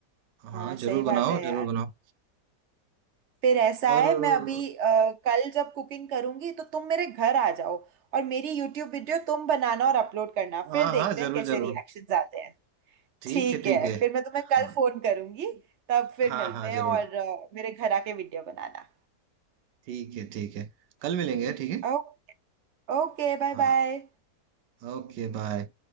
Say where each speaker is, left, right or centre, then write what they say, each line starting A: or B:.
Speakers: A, on the right; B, on the right.
A: हाँ
B: हाँ सही
A: जरूर
B: बात
A: बनाओ
B: है यार
A: जरूर बनाओ
B: फिर ऐसा
A: और
B: है मैं अभी अ, कल जब कुकिंग करूंगी तो तुम मेरे घर आ जाओ और मेरी यूट्यूब वीडियो तुम बनाना और अपलोड करना
A: हाँ
B: फिर देखते
A: हाँ जरूर
B: हैं कैसे
A: जरूर
B: रिएक्शंस आते हैं
A: ठीक
B: ठीक
A: है ठीक
B: है
A: है
B: फिर मैं तुम्हें कल
A: हाँ
B: फोन करूंगी तब फिर
A: हाँ
B: मिलते
A: हाँ जरूर
B: हैं और अ, मेरे घर आके वीडियो बनाना
A: ठीक है ठीक है कल मिलेंगे ठीक है
B: ओ, ओके बाय
A: हाँ
B: बाय
A: ओके बाय